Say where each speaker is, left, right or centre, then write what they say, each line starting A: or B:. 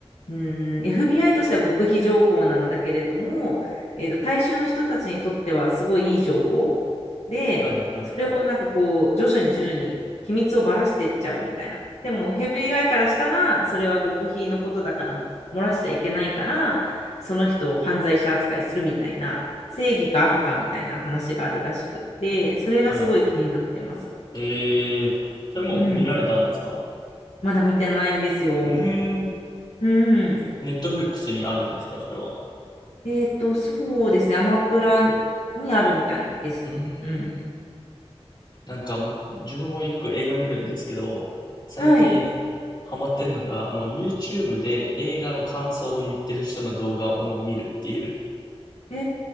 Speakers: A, on the left; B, on the left.
A: うん、FBI としては極秘情報なんだけれども、えっと、大衆の人たちにとってはすごいいい情報。で、
B: はい、はい、
A: をなんかこう徐々に徐々に秘密をばらしてっちゃうみたいな。でもヘビーアイからしたらそれは極秘のことだから漏らしちゃいけないからその人を犯罪者扱いするみたいな正義か悪かみたいな話があるらしくってそれがすごい気になってます。
B: はい。えー、それも見られたんですか
A: うん、まだ見てないんですよ。
B: うーん、
A: うん、
B: ネットフリックスにあるんですかそれは。
A: えっとそうですねアマプラにあるみたいです。
B: うー
A: うん、
B: ん、なんかもう、自分もよく映画見るんですけど、最近
A: はい。
B: ハマってるのが、もう YouTube で映画の感想を言ってる人の動画をもう見るっていう
A: え